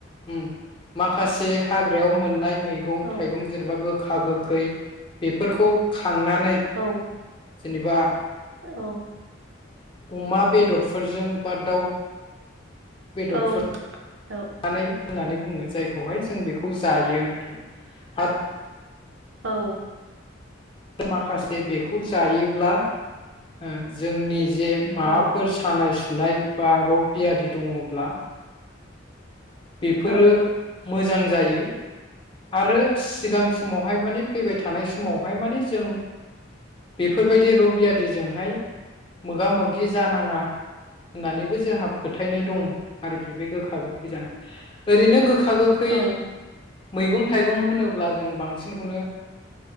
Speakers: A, on the left (about 25°); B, on the right (about 70°).
A: उम माखासे हाग्रायाव मोननाय मेगं
B: औ
A: थाइगं जेनेबा गो खा गोखै बेफोरखौ खा खांनानै
B: औ
A: जेनेबा
B: औ
A: अमा बेदरफोरजों बा दाउ बेदरफोर
B: औ औ
A: नानै होननानै बुंङो जायखौहाय जों बेखौ जायो आरोखि आ
B: औ
A: माखासे बेखौ जायोब्ला ओ जोंनि जे माबाफोर
B: औ
A: सानाय सु नाय बा रग बियादि दंङब्ला बेफोरो
B: औ
A: मोज जां जायो आरो सिगां स महाय माने फैबाय थानाय समाव हाय माने जों बेफोरबायदि रग बियाद जों हाय मोगा मोगि जानाङा होननानैबो जोंहा फोथायनाय दं आरोखि बे गोखा गोखै जानायाव। ओरैनो गो खा गोखै
B: औ
A: मैगं थाइगं होनोब्ला जों बांसिनखौनो